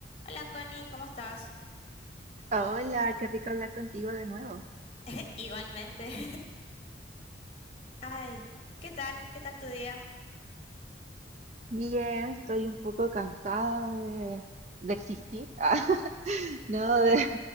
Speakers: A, on the left; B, on the right.
A: Hola Connie, ¿cómo estás?
B: Hola, qué rico hablar contigo de nuevo.
A: <laughs> Igualmente. <laughs> Ay, ¿qué tal? ¿Qué tal tu día?
B: Bien, estoy un poco cansada de, de existir. <laughs> Ah, no, de,